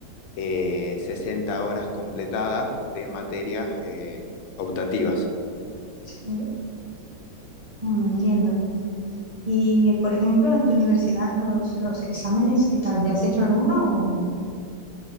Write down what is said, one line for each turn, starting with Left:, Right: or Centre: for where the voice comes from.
Left: eh, 60 horas completadas de materias eh, optativas.
Right: sí, Mm, entiendo. Y, por ejemplo, en tu universidad, los, los exámenes, ¿qué tal? ¿Ya has hecho alguno? o-